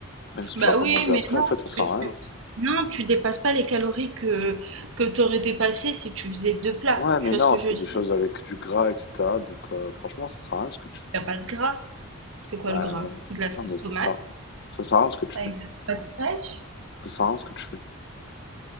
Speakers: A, on the left; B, on the right.
A: même si
B: Bah
A: tu vas pas
B: oui,
A: manger
B: mais
A: après,
B: non,
A: en fait,
B: parce
A: ça sert
B: que
A: à rien.
B: tu...
A: hein.
B: Non, tu dépasses pas les calories que, que tu aurais dépassé si tu faisais deux plats.
A: Ouais, mais
B: Tu vois
A: non,
B: ce que
A: c'est
B: je veux dire?
A: des choses avec du gras, etc. Donc, euh, franchement, ça sert à rien ce que tu
B: Il n'y a pas de gras. C'est quoi
A: Bah,
B: le gras De la sauce
A: non, mais
B: tomate
A: ça sert, ça sert à rien ce que tu
B: avec
A: fais.
B: des tomates fraîches.
A: Ça sert à rien ce que tu fais.